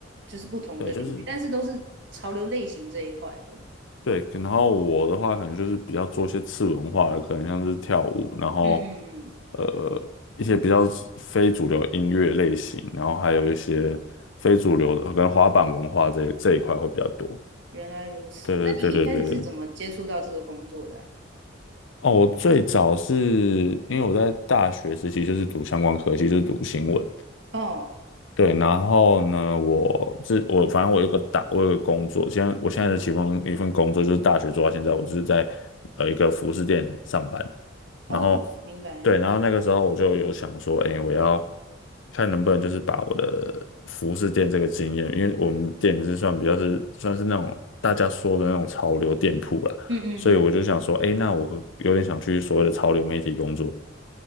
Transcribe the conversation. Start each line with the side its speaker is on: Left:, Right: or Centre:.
Right: 就是不同的领域，
Left: 对，就是
Right: 但是都是潮流类型这一块的。
Left: 对，然后我的话可能就是比较做一些次文化的，可能像是跳舞，然后
Right: 嗯嗯嗯，
Left: 呃一些比较非主流音乐类型，然后还有一些非主流的，跟能滑板文化这这一块会比较多，
Right: 原来如此。
Left: 对对对对对。
Right: 那你一开始是怎么接触到这个工作的啊？
Left: 哦，我最早是因为我在大学时期就是读相关科系，就是读新闻。
Right: 哦，
Left: 对，然后呢，我这我反正我有个打，我有个工作，现在我现在的其中一份工作就是大学做到现在，
Right: 是，
Left: 我就是在呃一个服饰店上班。然后
Right: 哦，明白。
Left: 对，然后那个时候我就有想说，哎，我要看能不能就是把我的服饰店这个经验，因为我们店也是算比较是算是那种大家说的那种潮流店铺啦，
Right: 嗯嗯嗯，
Left: 所以我就想说，哎，那我有点想去所谓的潮流媒体工作。